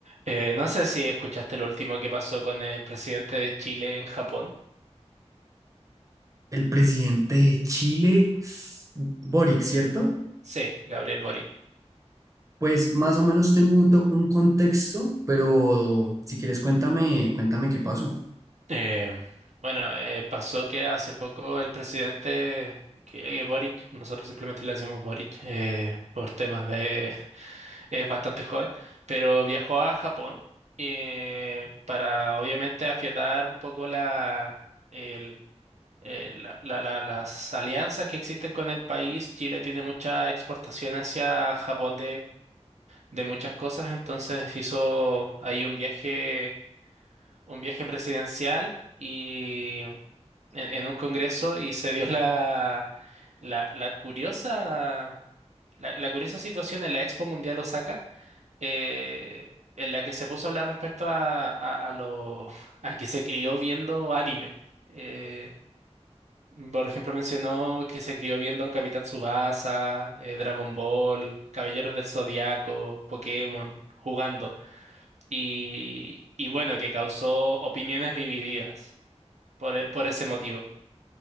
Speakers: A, on the right; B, on the right.
A: Eh, no sé si escuchaste lo último que pasó con el presidente de Chile en Japón.
B: El presidente de Chile, Boric, ¿cierto?
A: Sí, Gabriel Boric.
B: Pues más o menos tengo un, to- un contexto, pero si quieres cuéntame, cuéntame qué pasó.
A: Eh, bueno, eh, pasó que hace poco el presidente que, eh, Boric, nosotros simplemente le decimos Boric eh, por temas de... <laughs> es bastante joven, pero viajó a Japón eh, para obviamente afiatar un poco la, el, eh, la- la- la- las alianzas que existen con el país. Chile tiene mucha exportación hacia Japón de muchas cosas, entonces hizo ahí un viaje, un viaje presidencial y en, en un congreso y se dio la, la, la curiosa, la, la curiosa situación en la Expo Mundial Osaka, eh, en la que se puso a hablar respecto a, a, a lo, <laughs> a que se crió viendo anime. Eh, por ejemplo, mencionó que se crió viendo Capitán Tsubasa, eh, Dragon Ball, Caballeros del Zodiaco, Pokémon, jugando y, y bueno, que causó opiniones divididas por, e- por ese motivo.